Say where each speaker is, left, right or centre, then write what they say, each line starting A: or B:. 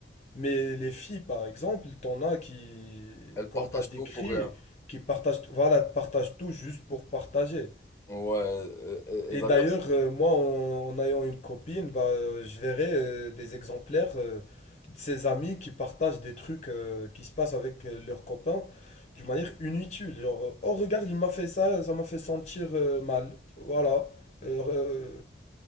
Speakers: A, on the left; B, on the left.
A: mais les filles par exemple t'en as qui quand
B: partage
A: t'as des
B: tout
A: cris
B: pour rien.
A: qui partagent voilà partagent tout juste pour partager
B: Ouais. Et, et-
A: et
B: et d'ailleurs,
A: d'ailleurs, euh, moi, en, en ayant une copine, bah, euh, je verrai euh, des exemplaires euh, de ses amis qui partagent des trucs euh, qui se passent avec euh, leurs copains d'une manière inutile. Genre, euh, oh regarde, il m'a fait ça, ça m'a fait sentir euh, mal. Voilà. Euh, euh,